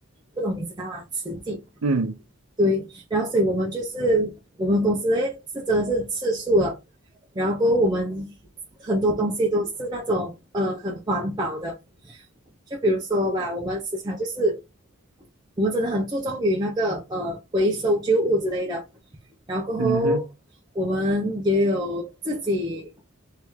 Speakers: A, on the right; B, on the right.
A: 不懂你知道吗？实际。
B: 嗯
A: 对，然后所以我们就是我们公司的是真的是吃素了，然后过后我们很多东西都是那种呃很环保的，就比如说吧，我们时常就是我们真的很注重于那个呃回收旧物之类的，然后过后我们也有自己
B: 嗯哼，